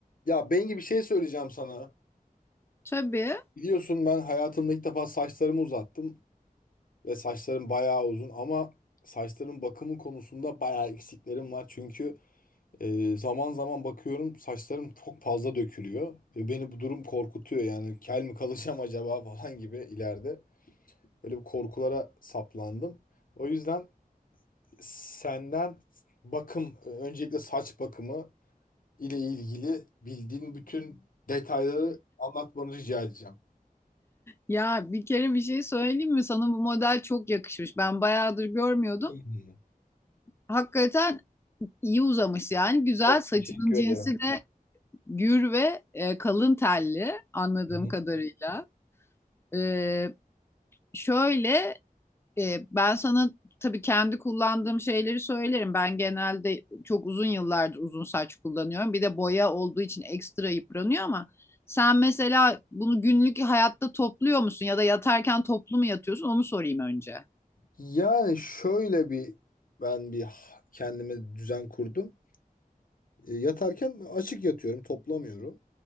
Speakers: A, on the left; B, on the left.
A: Ya Bengi bir şey söyleyeceğim sana.
B: Tabii.
A: Biliyorsun ben hayatımda ilk defa saçlarımı uzattım ve saçlarım bayağı uzun ama saçların bakımı konusunda bayağı eksiklerim var. Çünkü e, zaman zaman bakıyorum saçlarım çok fazla dökülüyor ve beni bu durum korkutuyor. Yani kel mi kalacağım <laughs> acaba falan gibi ileride. Böyle bir korkulara saplandım. O yüzden senden bakım, öncelikle saç bakımı ile ilgili bildiğin bütün detayları anlatmanı rica edeceğim.
B: Ya bir kere bir şey söyleyeyim mi? Sana bu model çok yakışmış. Ben bayağıdır görmüyordum.
A: İyi.
B: Hakikaten iyi uzamış yani. Güzel.
A: Çok
B: Saçının
A: teşekkür
B: cinsi
A: ederim.
B: de gür ve e, kalın telli anladığım
A: Hı.
B: kadarıyla. E, şöyle E, ben sana tabii kendi kullandığım şeyleri söylerim. Ben genelde çok uzun yıllardır uzun saç kullanıyorum. Bir de boya olduğu için ekstra yıpranıyor ama sen mesela bunu günlük hayatta topluyor musun ya da yatarken toplu mu yatıyorsun? Onu sorayım önce.
A: Yani şöyle bir ben bir h- kendime düzen kurdum. E, Yatarken açık yatıyorum, toplamıyorum.